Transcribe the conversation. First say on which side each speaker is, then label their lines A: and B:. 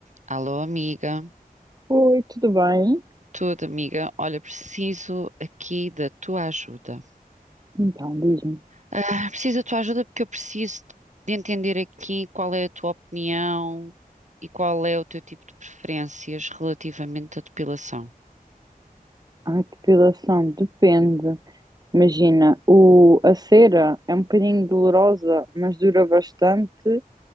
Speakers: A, on the right; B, on the right.
A: Alô, amiga.
B: Oi, tudo bem?
A: Tudo, amiga. Olha, preciso aqui da tua ajuda.
B: Então, diz-me.
A: Ah, preciso da tua ajuda porque eu preciso de entender aqui qual é a tua opinião e qual é o teu tipo de preferências relativamente à depilação.
B: A depilação depende. Imagina, o, a cera é um bocadinho dolorosa, mas dura bastante